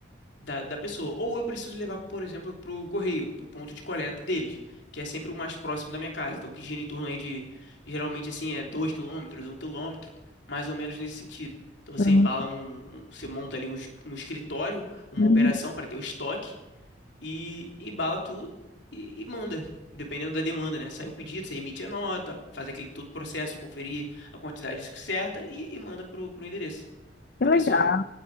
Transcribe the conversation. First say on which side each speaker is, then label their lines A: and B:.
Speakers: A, on the left (about 70°); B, on the left (about 55°).
A: da, da pessoa. Ou eu preciso levar, por exemplo, para o correio, para o ponto de coleta deles, que é sempre o mais próximo da minha casa. Então, que gira em torno aí de, geralmente assim, é 2 quilômetros, um quilômetro, mais ou menos nesse sentido. Então, você
B: Uhum.
A: embala num, um, você monta ali um, es- um escritório, uma
B: Uhum.
A: operação para ter o estoque e e bala tudo e, e manda. Dependendo da demanda, né? Sai o pedido, você emite a nota, faz aquele todo o processo de conferir a quantidade certa e, e manda pro, pro endereço
B: Que
A: da
B: legal.
A: pessoa.